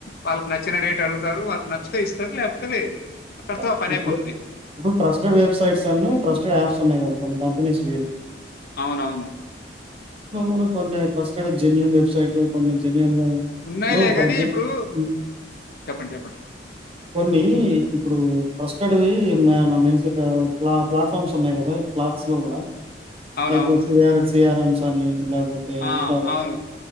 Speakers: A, on the left (about 60°); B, on the right (about 35°).
A: వాళ్ళకి నచ్చిన రేట్ అడుగుతారు వాళ్ళకి నచ్చితే ఇస్తారు లేకపోతే లేదు అక్కడితో
B: ర
A: ఆ పనయిపోతది.
B: ఇ ఇప్పుడు ట్రస్టెడ్ వెబ్సైట్స్ అన్న ట్రస్ యాప్స్ ఉన్నాయి కద కొన్ని కంపెనీస్
A: అవునవును
B: కూడా కొన్ని ట్రస్టెడ్ జెన్యూన్ వెబ్సైట్ కొన్ని జెన్యూన్
A: ఉన్నాయిలే
B: ఇప్పుడు ఫర్
A: ని
B: ఎగ్జాంపుల్
A: ఇప్పుడు
B: హ్మ్.
A: చెప్పండి చెప్పండి
B: కొన్ని ఇప్పుడు ట్రస్టెడ్వి మన్స్ ప్లాట్ఫామ్స్ ఉన్నాయి కదా క్లాత్స్ లో కూడా
A: అవునవును.
B: లైక్ వసయారు ఆరమ్సాని లేకపోతే
A: ఆ!
B: ఇంకా
A: అవును.